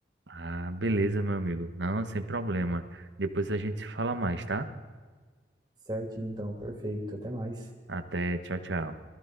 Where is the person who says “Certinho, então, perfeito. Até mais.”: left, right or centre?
Right